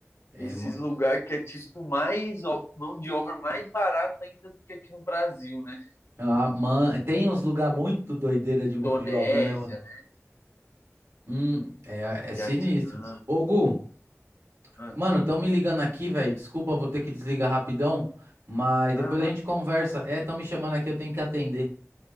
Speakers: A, on the right; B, on the left.
A: É,
B: Esses
A: mo-
B: lugares que é tipo mais ó, mão de obra mais barata ainda do que aqui no Brasil, né?
A: ah, man- tem uns lugar muito doideira de
B: Indonésia,
A: mão de obra, né, mano?
B: né?
A: Hum, é, é sinistro.
B: Vietnã.
A: Ô, Gu,
B: Ah,
A: mano, tão me ligando aqui, velho. Desculpa, vou ter que desligar rapidão, mas depois
B: ah, não.
A: a gente conversa. É, tão me chamando aqui, eu tenho que atender.